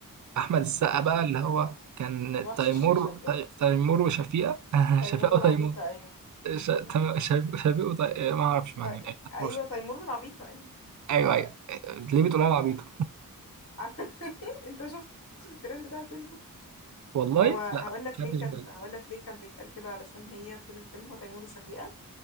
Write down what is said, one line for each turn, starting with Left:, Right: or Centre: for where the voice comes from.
Right: احمد السقا
Left: عشان
Right: بقى اللي
Left: كان
Right: هو كان
Left: كان وحش
Right: تيمور
Left: الشاشة بجد
Right: تي- تيمور وشفيقة <laughs>
Left: تيمور
Right: شفيقة
Left: والعبيطة
Right: وتيمور
Left: أيوة
Right: ش-
Left: <laughs>
Right: تم- شف- شفيق وتي... ما اعرفش معنى
Left: ط-
Right: إيه. تيمور
Left: أيوة
Right: وشفيقة.
Left: تيمور والعبيطة أيوة
Right: ايوه ايوه آه، ليه
Left: <laughs>
Right: بتقولها العبيطة
Left: على- <laughs> أنت شفت الترند ده على الفيسبوك
Right: والله
Left: هو هقول
Right: لا
Left: لك
Right: خدتش
Left: ليه كان
Right: بالي
Left: هقول لك ليه كان بيتقال كده علشان هي طول الفيلم هو تيمور وشفيقة